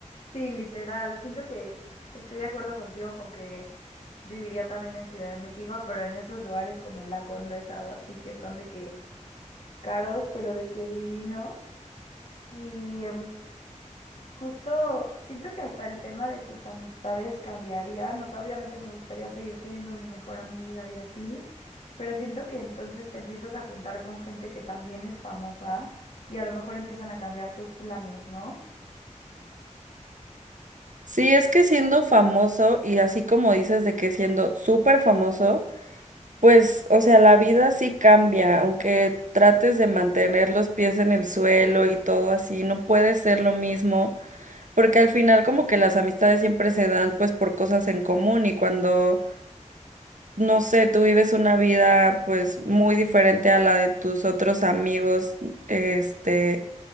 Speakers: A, on the left; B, on the right.
A: Sí, literal, siento que estoy de acuerdo contigo con que viviría también en Ciudad de México, pero en esos lugares como La Condesa o así, que están de que caros, pero de que divinos. Y em, Justo siento que hasta el tema de tus amistades cambiaría. No sé, obviamente me gustaría seguir teniendo a mi mejor amiga y así, pero siento que entonces te empiezas a juntar con gente que también es famosa y a lo mejor empiezan a cambiar tus planes, ¿no?
B: Sí, es que siendo famoso y así como dices de que siendo súper famoso, pues, o sea, la vida sí cambia, aunque trates de mantener los pies en el suelo y todo así, no puede ser lo mismo Porque al final como que las amistades siempre se dan pues por cosas en común y cuando, no sé, tú vives una vida pues muy diferente a la de tus otros amigos, este,